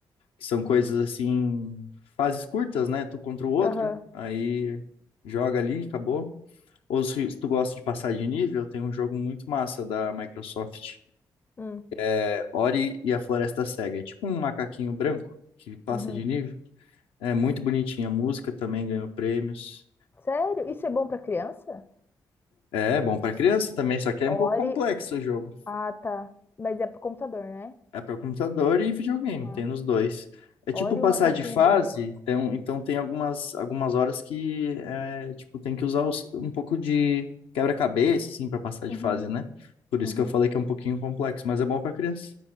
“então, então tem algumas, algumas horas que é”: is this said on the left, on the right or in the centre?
Left